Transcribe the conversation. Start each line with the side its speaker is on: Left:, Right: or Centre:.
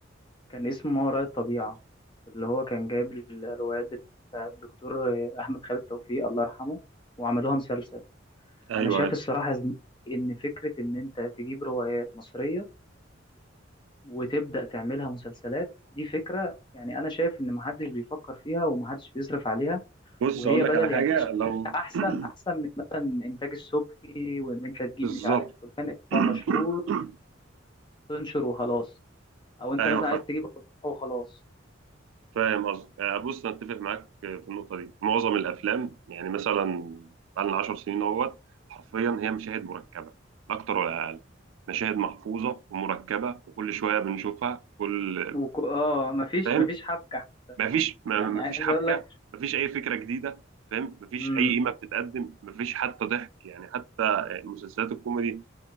Left: كان اسمه ما وراء الطبيعة اللي هو كان جايب الروايات بتاع الدكتور أحمد خالد توفيق الله يرحمه وعملوها مسلسل
Right: ايوه
Left: أنا شايف
Right: أيوة.
Left: الصراحة يا زميلي إن فكرة إن أنت تجيب روايات مصرية وتبدأ تعملها مسلسلات دي فكرة يعني أنا شايف إن محدش بيفكر فيها ومحدش بيصرف عليها
Right: بص
Left: وهي
Right: اقول لك
Left: بدل
Right: على حاجه
Left: يعني أنا شايف
Right: لو
Left: إنها أحسن
Right: <clears throat>
Left: أحسن من مثلا إنتاج السبكي وإن أنت تجيب
Right: بالظبط
Left: مش عارف فلان هو مشهور
Right: <clears throat>
Left: تنشر وخلاص أو أنت
Right: ايوه
Left: مثلا
Right: فاهم
Left: عايز تجيب أضواء وخلاص
Right: فاهم قصدي آه، بص انا اتفق معاك في النقطه دي معظم الافلام يعني مثلا بقالنا 10 سنين اهوت حرفيا هي مشاهد مركبه لا اكتر ولا اقل مشاهد محفوظه ومركبه وكل شويه بنشوفها كل
Left: وك... اه مفيش
Right: فاهم
Left: مفيش حبكة
Right: مفيش م-
Left: يعني
Right: مفيش
Left: عايز
Right: حبكه
Left: اقول لك
Right: مفيش اي فكره جديده فاهم مفيش
Left: امم
Right: اي قيمه بتتقدم مفيش حتى ضحك يعني حتى مسلسلات الكوميدي